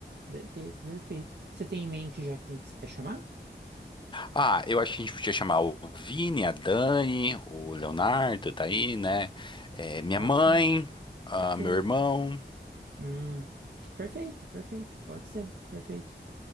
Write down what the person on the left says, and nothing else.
Ah, eu acho que a gente podia chamar o Vini, a Dani, o Leonardo, tá aí, né? É, minha
mãe,
ah,
meu irmão.